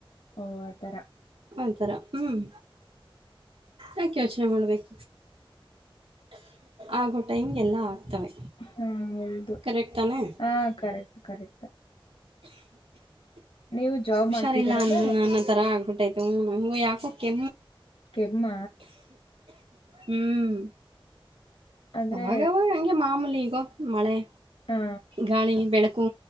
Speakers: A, on the left; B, on the right.
A: ಓ ಆತರ
B: ಒಥರ ಹ್ಮ್ ಯಾಕೆ ಯೋಚನೆ ಮಾಡ್ಬೇಕು ಆಗೋ ಟೈಮ್ಗೆಲ್ಲ ಆಗ್ತವೆ
A: ಹಾ ಹೌದು
B: ಕರೆಕ್ಟ್ ತಾನೆ
A: ಹಾ ಕರೆಕ್ಟ್ ಕರೆಕ್ಟ್ ನೀವು ಜಾಬ್
B: ಹುಷಾರಿಲ್ಲ
A: ಮಾಡ್ತಿದ್ದೀರಲ್ಲ
B: ಅಂದಣ ಅನ್ನ ತರ ಆಗ್ಬಿಟ್ಟ ಹ ಯಕೋ ಕೆ
A: ಕೆಮ್ಮ
B: ಹ್ಮ್
A: ಅಂದ್ರೆ
B: ಅವಾಗ ಅವವಾಗ ಹಂಗೆ ಮಾಮೂಲಿ ಈಗೋ ಮಳೆ
A: ಹಾ
B: ಗಾಳಿ ಬೆಳಕು